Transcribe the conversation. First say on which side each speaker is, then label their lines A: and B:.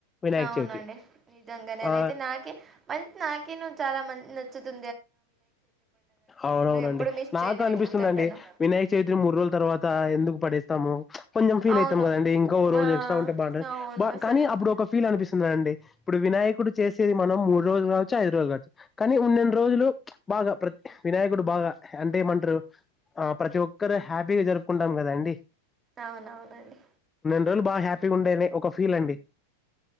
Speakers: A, on the left; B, on the right.
A: వినాయక
B: అవునండి
A: చవితి
B: నిజంగానే
A: ఆ
B: అదయితే నాకే మంచి నాకే చాలా మంచి నచ్చుతు
A: అవునవునండి
B: ఎప్పుడు మిస్
A: నాకు
B: చేయను
A: అనిపిస్తుందిండి
B: వెళ్ళుతుంటాను
A: వినాయక చవిత్ర మూడు రోజుల తర్వాత ఎందుకు పడేస్తాము కొంచెం ఫీల్
B: అవును
A: అయితం కదా అండి ఇంకా రోజు
B: ఆ
A: ఎక్స్ట్రా ఉంట బాగుండ
B: అవును అసలు
A: కానీ అప్పుడు ఒక ఫీల్ అనిపిస్తుంది ఇప్పుడు వినాయకుడు చేసేది మనం మూడు రోజులు కావచ్చు ఐదు రోజులు కావచ్చు కానీ ఉన్నెండు రోజులు బాగా ప్రతి వినాయకుడు బాగా అంటే ఏం అంటారు ఆ ప్రతి ఒక్కరు హ్యాపీగా జరుపుకుంటాం కదా అండి
B: అవునవునండి
A: రోజు బా హ్యాపీగా <unintelligible> ఒక ఫీల్ అండి